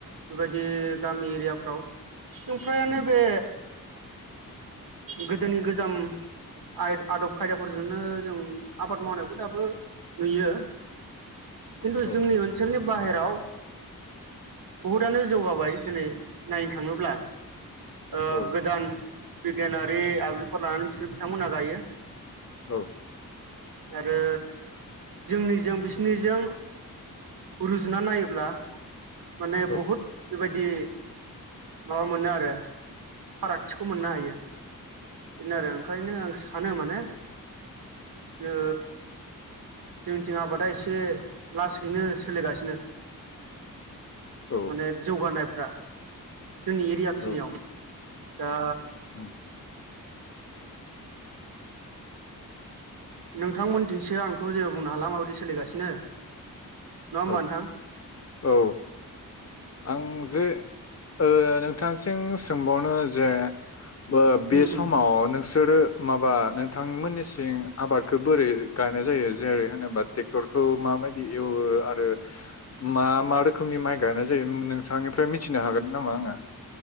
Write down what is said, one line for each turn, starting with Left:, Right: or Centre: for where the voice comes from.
Right: बेबायदि गामि एरियाफ्राव जों फ्रायानो
Left: उम।
Right: बे गोदोनि गोज जाम आय आदब खायदाफोरजोंनो जों आबाद मावनायखौ दाबो नुयो। खिन्थु
Left: औ
Right: जोंनि ओनसोलनि बाहेराव बहुदआनो जौगाबाय दिनै नायनो थाङोब्ला ओ
Left: औ
Right: गोदान बिगियानारि आगजु फोर लानानै बिसोर बिथांमोना गायो।
Left: औ।
Right: आरो जोंनिजों बिसिनिजों रुजुना नायोब्ला माने
Left: औ
Right: बहुत बेबायदि माबा मोनो आरो फारागथिखौ मोननो हायो। बेनो आरो ओंखायनो आं सानो माने ओ जोंनिथिं आबादा एसे लासैनो सोलिगासिनो
Left: औ
Right: माने जौगानायफ्रा जोंनि एरिया खिनियाव
Left: औ
Right: दा
Left: उम,
Right: नोंथांमोनथिंनसो आंथ' जेबो बुंनो हाला माबायदि सोलिगासिनो? नङा होमबा
Left: औ
Right: नोंथां?
Left: औ। आं जे ओ नोंथांसिम सोंबावनो जे बो बे
Right: उम
Left: समाव
Right: उम
Left: नोंसोरो माबा नोंथांमोननि थिं आबादखौ बोरै गायनाय जायो जेरै होनोबा ट्रेक्टरखौ मा बायदि एवो आरो मा मा रोखोमनि माइ गाइनाय नोंथांनिफ्राय मिथिनो हागोन नामा आङो